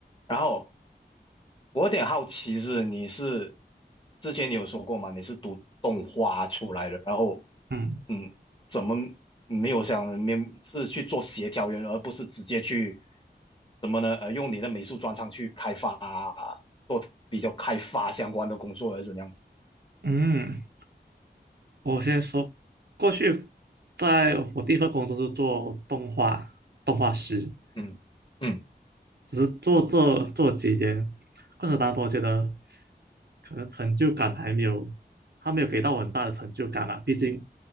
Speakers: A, on the left; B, on the right.
A: 然后我有点好奇是你是之前你有说过嘛？你是读动画出来的，然后
B: 嗯
A: 嗯，怎么没有想面是去做协调员，而不是直接去怎么呢？呃，用你的美术专长去开发，做比较开发相关的工作，还是怎样？
B: 嗯，我先说，过去在我第一份工作是做动画动画师，
A: 嗯嗯。
B: 只是做做做几年，过程当中我觉得可能成就感还没有，他没有给到我很大的成就感啊。毕竟